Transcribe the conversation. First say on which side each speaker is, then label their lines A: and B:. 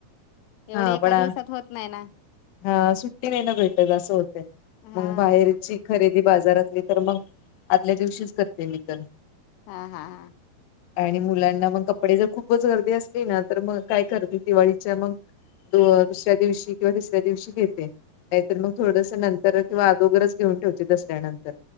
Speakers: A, on the left; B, on the left.
A: हा
B: एवढे एका
A: पण
B: दिवसात होत नाही ना.
A: हा सुट्टी नाही ना भेटत असं होत
B: हा
A: मग बाहेर. ची खरेदी बाजारातली तर मग आदल्या दिवशीच करते मी तर
B: हा हा हा
A: ह आणि मुलांना मग कपडे जर खूपच गर्दी असली ना तर मग काय करते दिवाळीच्या मग दुस्या दिवशी किंवा दिवशी घेते नाहीतर मग थोडस नंतर किंवा अगोगरच घेऊन ठेवचे दसऱ्यानंतर